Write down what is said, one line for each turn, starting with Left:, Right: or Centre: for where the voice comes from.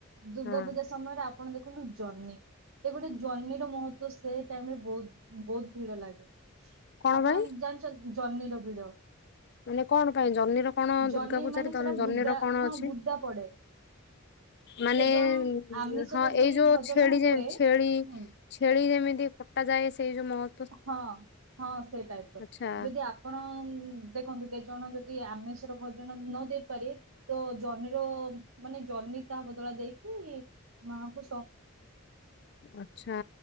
Right: ଦୁର୍ଗା
Left: ହଁ
Right: ପୂଜା ସମୟରେ ଆପଣ ଦେଖନ୍ତୁ ଜର୍ନି। ଏ ଗୋଟେ ଜନିର ମହତ୍ୱ ସେଇ ଟାଇମରେ ବହୁତ ବହୁତ ଭିଡ ଲାଗେ।
Left: କଣ
Right: ଆପଣ
Left: ପାଇଁ
Right: ଜାଣିଛନ୍ତି ଜର୍ନିର ଭିଡ?
Left: ମାନେ କଣ ପାଇଁ ଜହ୍ନିର କଣ
Right: ଜହ୍ନି
Left: ଦୁର୍ଗା ପୂଜାରେ
Right: ମାନେ
Left: ଜହ୍ନିର
Right: ସେଟା ବୁଦା
Left: କଣ
Right: ହଁ
Left: ଅଛି
Right: ବୁଦା ପଡେ।
Left: ମାନେ
Right: କେ ଜଣ ଆମିଷ
Left: ହଁ
Right: ଯଦି
Left: ଏଇ ଯୋଉ
Right: ଭଜନ
Left: ଛେଳି
Right: ହୁଏ
Left: ଯେ ଛେଳି
Right: ହୁଁ
Left: ଛେଳି ଯେମିତି କଟାଯାଏ ସେଇ ଯୋଉ ମହ
Right: ହଁ। ହଁ, ସେ ଟାଇପ ର
Left: ଆଚ୍ଛା
Right: ଯଦି ଆପ ଆପଣ ଦେଖନ୍ତୁ କେତେ ଜଣ ଯଦି ଆମିଷର ଭୋଜନ ନ ଦେଇପାରିବେ ତ ଜହ୍ନିର ମାନେ ଜହ୍ନି ତା ବଦଳରେ ଦେଇକି ମାଙ୍କୁ
Left: ଆଛା।